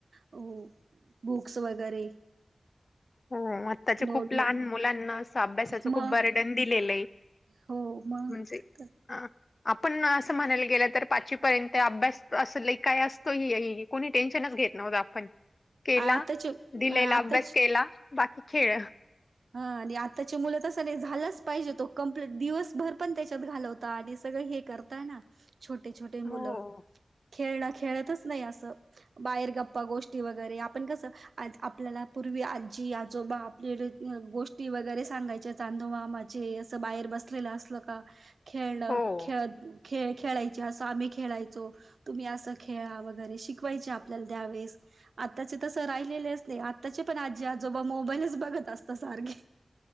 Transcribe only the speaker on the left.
हो आत्ताच्या
खूप
लहान मुलांना असं अभ्यासाचं
खूप बर्डन दिलेलं आहे.
म्हणजे अ आपण असं म्हणायला गेलं तर पाचवीपर्यंत अभ्यास असले काय असतो हे ही. की कोणी टेन्शनच घेत न्हवतो आपण. केला
दिलेला
अभ्यास केला बाकी खेळ‌.
हो.
हो.